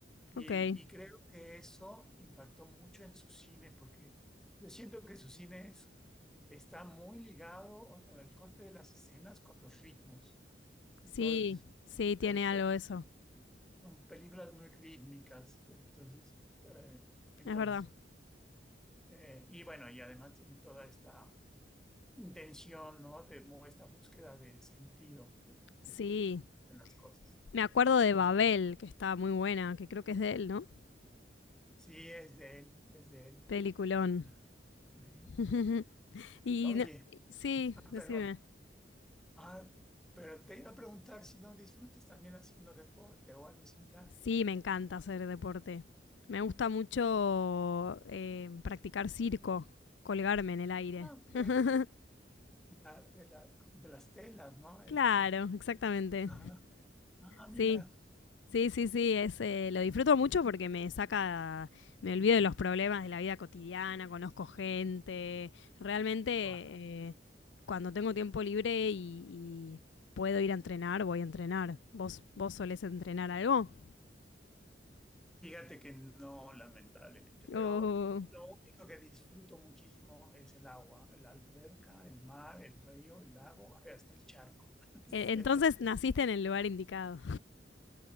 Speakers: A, in the centre; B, on the left (about 85°).
A: Y,
B: Ok.
A: y creo que eso impactó mucho en su cine, porque yo siento que su cine es- está muy ligado o- o el corte de las escenas con los ritmos. Entonces,
B: Sí, sí, tiene
A: eh,
B: algo
A: eh,
B: eso.
A: son películas muy rítmicas. Entonces, eh, entonces
B: Es verdad.
A: eh, y bueno, y además tiene toda esta intención, ¿no? De, o esta búsqueda de sentido eh,
B: Sí,
A: en las cosas.
B: Me acuerdo
A: Entonces,
B: de Babel, que está muy buena, que creo que es de él, ¿no?
A: Sí, es de él, es de él.
B: Peliculón.
A: Ah, Ahí.
B: <laughs> y
A: Oye,
B: no- sí,
A: ah,
B: decime.
A: pero, ah, pero te iba a preguntar si no disfrutas también haciendo deporte o algo similar.
B: Sí, me encanta hacer deporte. Me gusta mucho eh, practicar circo, colgarme en el aire.
A: Ah, ok.
B: <laughs>
A: La- de, la- de las telas, ¿no? Este,
B: claro, exactamente.
A: ajá. Ah, mira.
B: Sí, Sí, sí, sí, es, eh, lo disfruto mucho porque me saca, me olvido de los problemas de la vida cotidiana, conozco gente, realmente
A: Claro.
B: eh, cuando tengo tiempo libre y, y puedo ir a entrenar, voy a entrenar. ¿Vos, vos solés entrenar algo?
A: Fíjate que no, lamentablemente, pero
B: O-
A: lo único que disfruto muchísimo es el agua, la alberca, el mar, el río, el lago, hasta el charco. <laughs>
B: E- Entonces naciste en el lugar indicado,